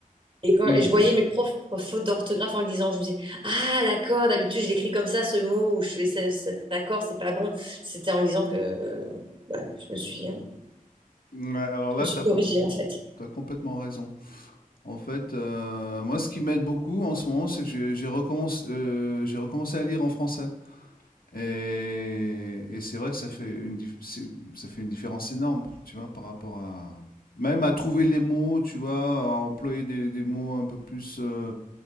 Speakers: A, on the right (about 35°); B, on the left (about 80°).
A: Et, quand,
B: Mmh.
A: et je voyais mes profs fautes d'orthographe en le lisant, je me disais, ah d'accord, d'habitude je l'écris comme ça ce mot, ou je fais ce- cet accord, c'est pas bon. C'était en lisant que euh, bah, je me suis, euh,
B: Ouais, alors
A: je
B: là,
A: me suis
B: t'as
A: corrigée
B: com
A: en fait.
B: tu complètement raison. En fait, heu, moi ce qui m'aide beaucoup en ce moment, c'est que j'ai j'ai recommence heu, j'ai recommencé à lire en français. Et, et c'est vrai que ça fait, une, dif- c'est- ça fait une différence énorme, tu vois, par rapport à... Même à trouver les mots, tu vois, à employer des, des mots un peu plus, euh,